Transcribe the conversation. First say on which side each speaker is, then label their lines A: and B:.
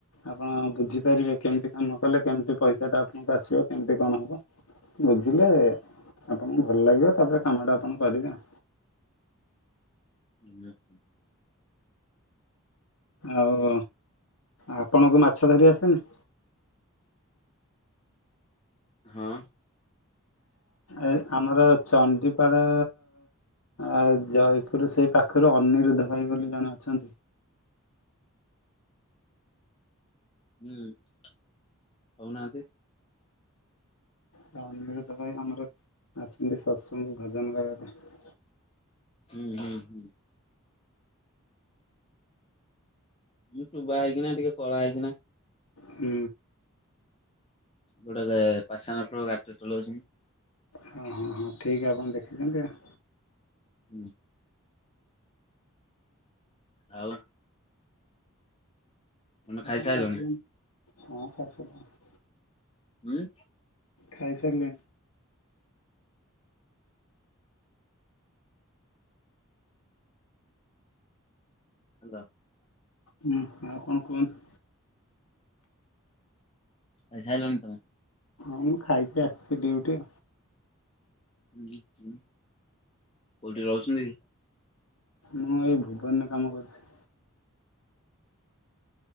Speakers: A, on the left; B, on the left.
A: ଆପଣ ବୁଝିପାରିବେ କେମିତି କାମ କଲେ କେମିତି ପଇସା ଟା ଆପଣଙ୍କୁ ଆସିବ କେମିତି କଣ ହବ। ବୁଝିଲେ ଆପଣଙ୍କୁ ଭଲ ଲାଗିବ ତାପରେ କାମଟା ଆପଣ କରିବେ ଆଉ।
B: ହୁଁଁ।
A: ଆଉ ଆପଣଙ୍କୁ ମାଛ ଧରି ଆସେନି।
B: ହଁ।
A: ଏ ଆମର ଚଣ୍ଡିପାଳ। ଆଉ ଜଇପୁର ସେଇ ପାଖରେ ଅନିରୁଦ୍ଧ ଭାଇ ବୋଲି ଜଣେ ଅଛନ୍ତି।
B: ହୁଁ କହୁ ନାହାନ୍ତି।
A: ସେ ଅନିରୁଦ୍ଧ ଭାଇ ଆମର ଆସନ୍ତି ଶତସଙ୍ଗ କୁ ଭଜନ ଗାଇବା ପାଇଁ।
B: ହୁଁ ହୁଁ ହୁଁ। ହୁଁ ଟୁବା ହେଇକି ନା ଟିକେ କଳା ହେଇକି ନା।
A: ହୁଁ।
B: ଗୋଟେ ସେ ପାସେନେ ପ୍ରୋ ଗାଡି ଟେ ଚଲଉଛନ୍ତି।
A: ହଁ ହଁ ହଁ ଠିକ ଆପଣ ଦେଖିଛନ୍ତି ଆଉ।
B: ହୁଁ। ଆଉ। ତମେ
A: ନାଇଁ
B: ଖାଇସାରିଲଣି
A: ଆଉ କଣ ହଁ ଖାଇ ସାଇଲିଣି।
B: ଉଁ।
A: ଖାଇ ସାରିଲିଣି।
B: ହାଲୋ।
A: ହୁଁ ଆଉ କଣ କୁହନ୍ତୁ?
B: ଖାଇ ସାଇଲଣି ତମେ।
A: ହଁ ମୁଁ ଖାଇକି ଆସିଛି ଡିଉଟି।
B: ଉଁ ହୁଁ କୋଉଠି ରହୁଛନ୍ତି?
A: ମୁଁ ଏଇ ଭୁବନରେ କାମ କରୁଛି।